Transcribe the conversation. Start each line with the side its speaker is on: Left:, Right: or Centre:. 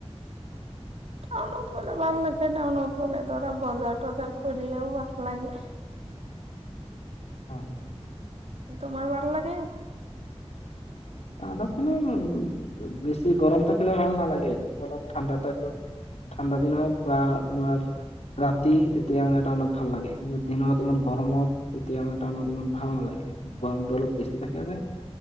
Right: টাউনত গ'লে ভাল লাগে টাউনত গ'লে ধৰা বজাৰ তজাৰ কৰিলেও ভাল লাগে
Left: হয়
Right: তোমাৰ ভাল লাগে
Left: া খো উ বেছি গৰম থাকিলে ভাল নালাগেন্ত অলপ ঠাণ্ডা াকত ঠাণ্ডা দিনত বা তোমাৰ ৰাতি তেতিয়া মানে টাউনত ভাল লাগে কিন্তু দিনত ইমান গৰমত তেতিয়া মানে টাউনত ইমান ভাল নালাগে গৰমটো অলপ বেছি থাকে যে